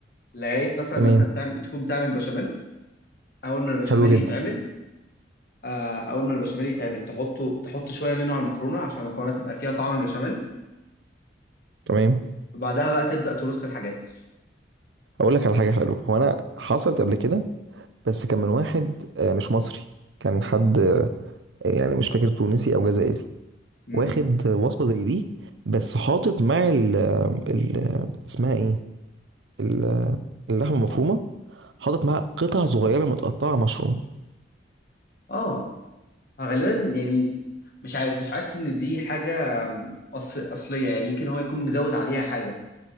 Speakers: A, on the left (about 50°); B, on the right (about 80°).
A: لقيت مثلا
B: تمام
A: ما انت بتعمل تكون بتعمل بشاميل اول ما البشاميل
B: حلو جدا
A: يتعمل آه، اول ما البشاميل يتعمل تحطه تحط شويه منه على المكرونه عشان المكرونه تبقى فيها طعم البشاميل
B: تمام
A: وبعدها بقى تبدا ترص الحاجات
B: هقول لك على حاجه حلوه هو انا حصلت قبل كده بس كان من واحد آه، مش مصري كان حد آه، يعني مش فاكر تونسي او جزائري
A: امم
B: واخد وصفه زي دي بس حاطط مع ال... ال... اسمها ايه ال- اللحمه المفرومه حاطط معاها قطع صغيره متقطعه مشروم
A: اه آه، غالبا يعني مش عارف مش حاسس ان دي حاجه آم، أصل اصليه يعني يمكن هو يكون مزود عليها حاجه